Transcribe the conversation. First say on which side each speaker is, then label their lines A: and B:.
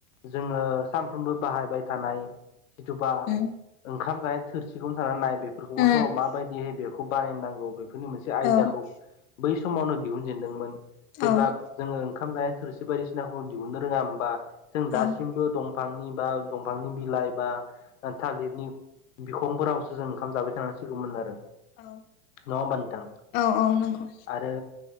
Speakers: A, on the left (about 70°); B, on the left (about 25°).
A: जोङो सानफ्रोमबो बाहायबाय थानाय जिथुबा
B: उम
A: ओंखाम जानाय थोरसिखौनो थानानै नाय बेखौबोथ'
B: उम
A: माबायदियै बेखौ बानायनांगौ बे बेफोरनि मोनसे आयदाखौ
B: औ
A: बै समावनो दिहुनजेनदोंमोन।
B: औ
A: जेब्ला जोङो ओंखाम जानाय थोरसि बायदिसिनाखौ दिहुननो रोङामोनबा जों
B: औ
A: दासिमबो दं। बिफांनि बा दंफांनि बिलाइ बा थालिरनि बिखंफोरावसो जों ओंखाम जाबाय थासानांसिगौमोन आरो
B: औ
A: नङा होमबा नोंथां
B: औ औ नंगौ
A: आरो?